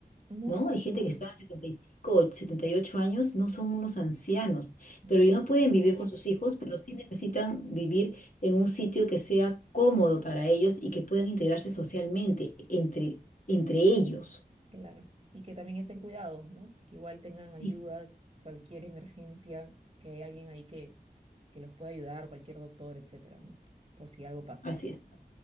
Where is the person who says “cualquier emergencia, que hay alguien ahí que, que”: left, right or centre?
Right